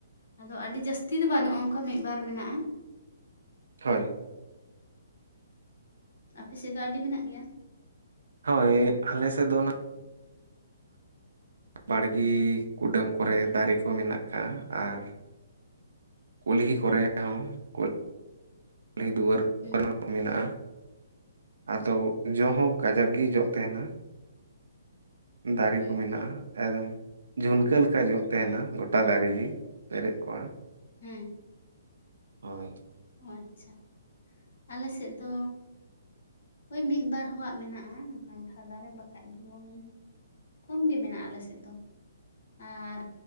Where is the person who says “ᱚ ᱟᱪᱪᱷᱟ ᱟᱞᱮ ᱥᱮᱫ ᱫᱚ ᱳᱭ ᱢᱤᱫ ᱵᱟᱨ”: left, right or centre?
Left